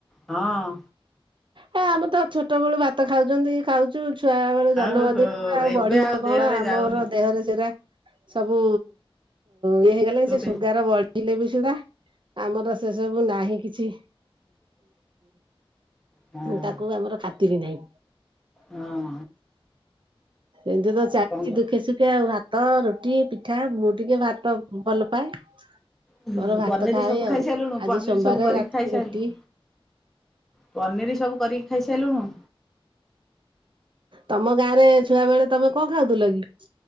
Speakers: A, in the centre; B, on the right.
A: ହଁ।
B: ହଁ ଆମେ ତ ଛୋଟ ବେଳୁ ଭାତ ଖାଉଛନ୍ତି ଖାଉ ଛୁ ଛୁଆ ବେଳୁ
A: ଆଉ
B: ଜନ୍ମଦିନ
A: ହୋ
B: ଆଉ
A: ଏବେ
B: ବଢିବ କଣ
A: ଦେହରେ
B: ଆମର
A: ଯାଉନି
B: ଦେହରେ ସେଟା ସବୁ ଇଏ ହେଇଗଲାଣି
A: ସୁଟ୍
B: ଯେ
A: ହେଇଛି।
B: ସୁଗାର ବଢି ହେଲେ ବି ସୁଧା ଆମର ସେ ସବୁ ନାହିଁ କିଛି
A: ହଁ
B: ତାକୁ ଆମର ଖାତିରି ନାହିଁ।
A: ହଁ
B: ଏମିତି ତ
A: ଆଉ
B: ଚାଲିଛି
A: କଣ କର
B: ଦୁଃଖେ ସୁ ଖେ ଭାତ ରୁଟି ପିଠା ମୁଁ ଟିକେ ଭାତ ଭଲ ପାଏ।
A: ହୁଁ
B: ମୋର ଭାତ
A: ପନିର
B: ଖାଏ
A: ସବୁ
B: ଆଉ
A: ଖାଇସାରିଲୁଣୁ
B: ଆଜି
A: ପନିର
B: ସୋମବାର
A: ସବୁ କରିକି
B: ରାତିକି
A: ଖାଇସାରିଲୁଣୁ?
B: ରୁଟି।
A: ପନିର ସବୁ କରିକି ଖାଇସାରିଲୁଣୁ।
B: ତମ ଗାଁ ରେ ଛୁଆ ବେଳେ ତମେ କଣ ଖାଉଥିଲ କି?